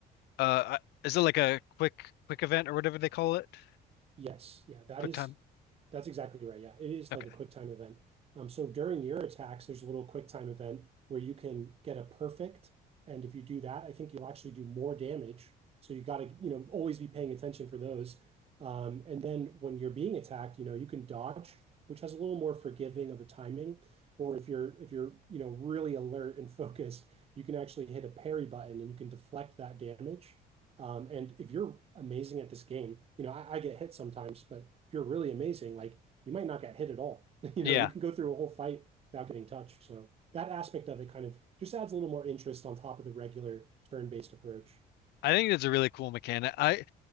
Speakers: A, on the left; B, on the right.
A: uh is it like a quick quick event or whatever they call it?
B: Yes. Yeah, that
A: Quick
B: is
A: time.
B: that's exactly right. Yeah. It is
A: Okay.
B: like a QuickTime event. Um, so during your attacks, there's a little QuickTime event where you can get a perfect. And if you do that, I think you'll actually do more damage. So you gotta, you know, always be paying attention for those. Um, and then when you're being attacked, you know, you can dodge, which has a little more forgiving of the timing. Or if you're if you're, you know, really alert and <laughs> focused, you can actually hit a parry button and you can deflect that damage. Um, And if you're amazing at this game, you know, I I get hit sometimes, but if you're really amazing, like you might not get hit at all. <laughs> You
A: Yeah.
B: know, you can go through a whole fight without getting touched. So that aspect of it kind of just adds a little more interest on top of the regular turn-based approach.
A: I think that's a really cool mechanic. I